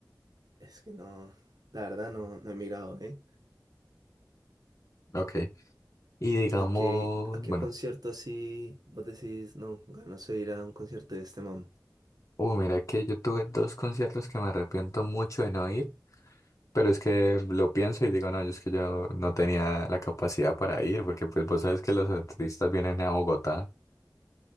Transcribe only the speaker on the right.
Es que no, la verdad no, no he mirado, ¿eh?
¿Y
a qué, a qué
concierto así vos decís, no, ganas de ir a un concierto de este man?